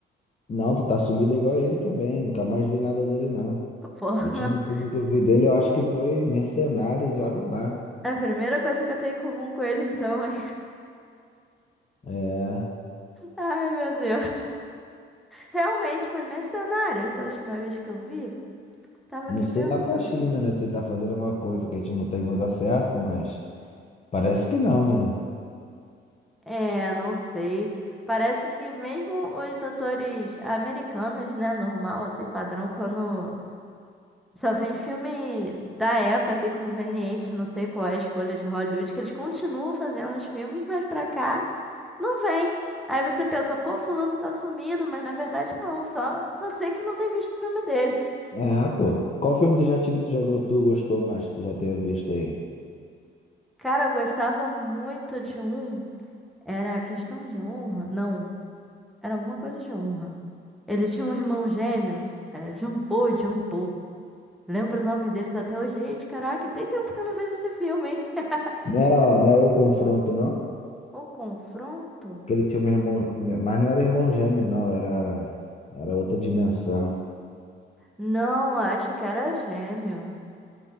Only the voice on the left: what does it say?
Não, tu tá sumido igual ele também, nunca mais vi nada dele, não.
O último filme que eu vi dele, eu acho que foi Mercenários, e olha lá.
É,
não
sei
lá pra China, né, se ele tá fazendo alguma coisa que a gente não tem muito acesso, mas parece que não, né?
É, pô. Qual filme do Jet Li tu já go- tu gostou mais, que tu já tenha visto aí?
Não era, não era O Confronto, não?
Que ele tinha um irmão, mas não era irmão gêmeo, não, era, era outra dimensão.